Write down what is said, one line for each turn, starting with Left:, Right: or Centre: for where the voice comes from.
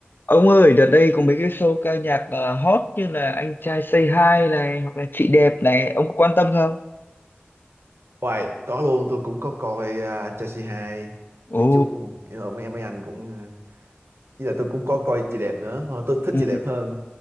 Left: Ông ơi, đợt đây có mấy cái show ca nhạc ờ, hot như là Anh trai Say Hi này hoặc là Chị đẹp này, ông có quan tâm không?
Right: Hoài, có luôn tôi cũng có coi à, anh trai c hai mấy
Left: Ồ,
Right: chú cũng ờ, mấy em mấy anh cũng ờ, với là tôi cũng có coi chị đẹp nữa Thôi, tôi thích
Left: ừ.
Right: chị đẹp hơn